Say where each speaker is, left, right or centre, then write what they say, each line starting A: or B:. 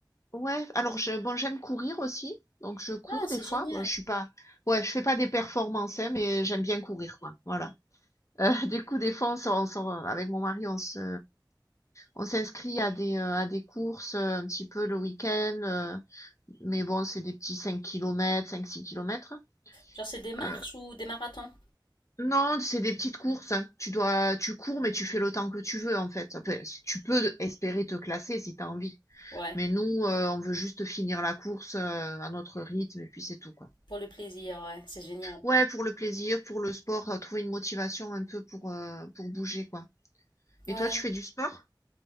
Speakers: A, on the left; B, on the left.
A: ouais, alors je bon, j'aime courir aussi, donc je cours
B: Ah, c'est
A: des fois.
B: génial.
A: Bon, je suis pas ouais, je fais pas des performances, hein, mais j'aime bien courir, quoi, voilà. Heu, <laughs> du coup, des fois, on sort, on se avec mon mari, on se On s'inscrit à des, heu, à des courses, heu, un petit peu le week-end, heu, mais bon, c'est des petits 5 kilomètres, cinq six kilomètres.
B: Genre, c'est des marches
A: Heu,
B: ou des marathons?
A: non, c'est des petites courses, hein. Tu dois tu cours, mais tu fais le temps que tu veux, en fait. Enfin, tu peux espérer te classer si tu as envie.
B: Ouais,
A: Mais nous, heu, on veut juste finir la course, heu, à notre rythme et puis c'est tout, quoi.
B: pour le plaisir, ouais, c'est génial.
A: Ouais, pour le plaisir, pour le sport, heu, trouver une motivation un peu pour, heu, pour bouger, quoi.
B: Ouais.
A: Et toi, tu fais du sport?